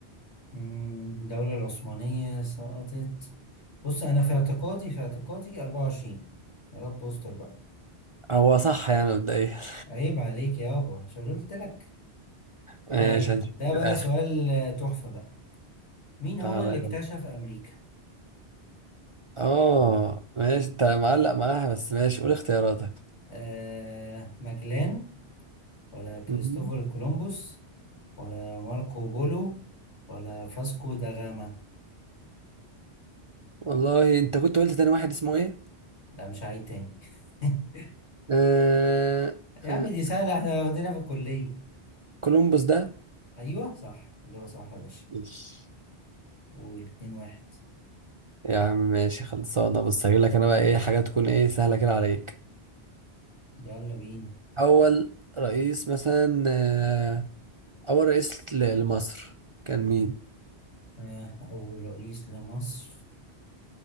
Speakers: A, on the left (about 80°); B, on the right (about 40°).
A: مم، الدولة العثمانية سقطت بص أنا في اعتقادي في اعتقادي 24 يا رب استر بقى
B: هو صح يعني مبدئيا <laughs>
A: عيب عليك يابا مش أنا قلت لك
B: ماشي
A: طيب
B: هنشوف
A: ده بقى
B: في الآخر
A: سؤال آه، تحفة بقى مين هو
B: تعالى
A: اللي
B: يلا
A: اكتشف أمريكا؟
B: اه ماشي انت معلق معاها بس ماشي قول اختياراتك
A: آه ماجلان ولا كريستوفر
B: مم.
A: كولومبوس ولا ماركو بولو ولا فاسكو دا غاما
B: والله انت كنت قلت تاني واحد اسمه ايه؟
A: لا مش عيد تاني <laughs>
B: آه...
A: يا
B: آه...
A: عم دي سهلة احنا واخدينها في الكلية
B: كولومبوس ده
A: أيوه صح إجابة صح يا باشا
B: ماشي
A: قول اتنين واحد
B: يا عم ماشي خلصانة بص هجيب لك انا بقى ايه حاجة تكون ايه سهلة كده عليك
A: يلا بينا
B: أول رئيس مثلا آه... أول رئيس ل- لمصر كان مين؟
A: آه أول رئيس لمصر